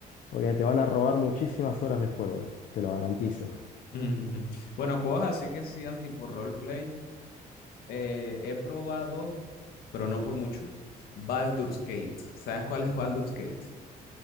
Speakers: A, on the left; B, on the left.
A: porque te van a robar muchísimas horas de juego, eso, te lo garantizo.
B: Ujú, ujú. Bueno, cosas así que sean tipo roleplay. eh, he probado, pero no por mucho, Baldur's Gate. ¿Sabes cuál es Baldur's Gate?